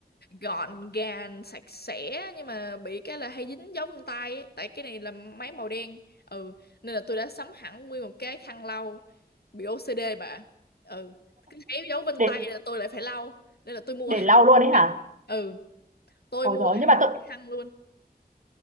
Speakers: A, on the left (about 75°); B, on the right (about 50°).
A: gọn gàng sạch sẽ nhưng mà bị cái là hay dính dấu vân tay ấy. Tại cái này là máy màu đen ừ nên là tôi đã sắm hẳn nguyên một cái khăn lau bị OCD bà ừ cứ thấy dấu vân
B: để
A: tay là tôi lại phải lau nên là tôi mua
B: để
A: hẳn
B: lau
A: một
B: luôn ấy hả
A: cái khăn ừ tôi
B: ôi
A: mua
B: rồi
A: hẳn
B: nhưng mà tôi
A: một cái khăn luôn